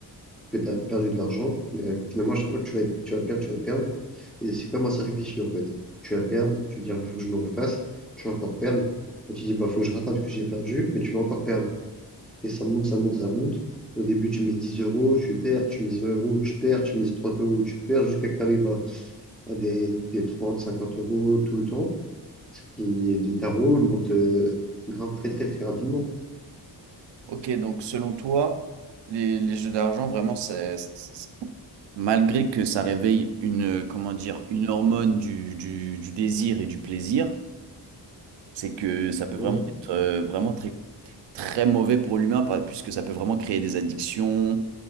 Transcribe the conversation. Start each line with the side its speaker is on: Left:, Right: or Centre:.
Centre: parce que tu as perdu de l'argent. Mais euh, finalement, à chaque fois, tu vas, être- tu vas perdre, tu vas perdre. Et c'est comme un cercle vicieux, en fait. Tu vas perdre, tu dis, il faut que je me refasse, tu vas encore perdre. Et tu dis, bah, faut que je rattrape ce que j'ai perdu, mais tu vas encore perdre. et ça monte, ça monte, ça monte. Au début, tu mises 10 euros, tu perds, tu mises 20 euros, tu perds, tu mises 30 euros, tu perds, jusqu'à que tu arrives à, à des, des 30, 50 euros tout le temps. Ce qui, les tarots, ils montent, euh, grimpent très, très, très rapidement.
Right: Ok, donc selon toi, les, les jeux d'argent, vraiment, c'est, c'est- malgré que ça réveille une, euh, comment dire, une hormone du, du, du désir et du plaisir, c'est que ça peut
Centre: Ouais,
Right: vraiment être euh, vraiment très, très mauvais pour l'humain, par- puisque ça peut vraiment créer des addictions,